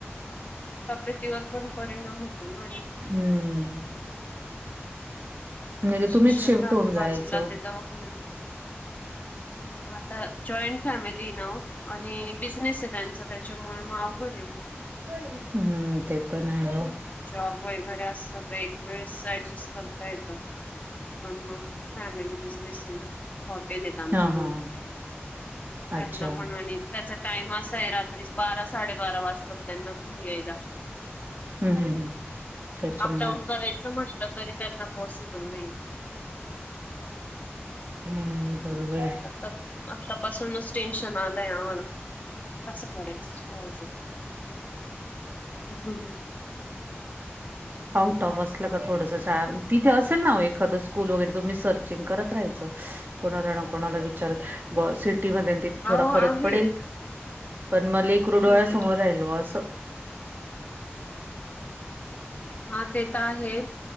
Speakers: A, on the left; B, on the right.
A: तब्यतीवर पण परिणाम होतो ना आणि
B: हम्म म्हणजे
A: शिक्षण
B: तुम्हीच शिफ्ट
A: राहत
B: होऊन जायचं.
A: बाजूला ते दवाखाने ह म आता जॉईंट फॅमिली ना वो. आणि बिझनेस ये त्यांचा त्याच्यामुळे मग अवघड ये.
B: हम्म ते पण आहे वो.
A: जॉब वगैरे असल तर एक वेळेस ऍडजस्ट करता येत. पण मग फॅमिली बिझनेस ये ना. हॉटेल येत आमचे
B: हां
A: दोन
B: हां.
A: त्यांना
B: अच्छा.
A: पण आणि त्याचा टाइम असा ये रात्री बारा साडे बारा वाजता त्यांना घरी यायला.
B: हं हं हं. त्याच्यामुळे
A: अपडाऊन करायच म्हटल तरी त्यांना पॉसिबल नायीये.
B: हम्म बरोबर ये.
A: आ आतापासूनच टेन्शन आलय आम्हाला कस करायच शाळेच? हू
B: आउट ऑफ असलं का थोडसं शाळा तिथे असेल ना ओ एखादं स्कूल वगैरे तुम्ही सर्चिंग करत राहायचं. कोणाला ना कोणाला विचारत बुवा सिटी मध्ये अन तिथे थोडा
A: अहो
B: फरक
A: आहे
B: पडेल. पण म लेकरू डोळ्या
A: हम्म
B: समोर राहिल असं
A: हा ते तर आहे